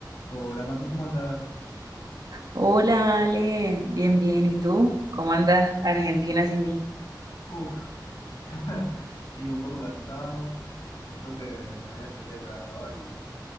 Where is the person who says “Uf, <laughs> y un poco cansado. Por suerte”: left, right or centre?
Left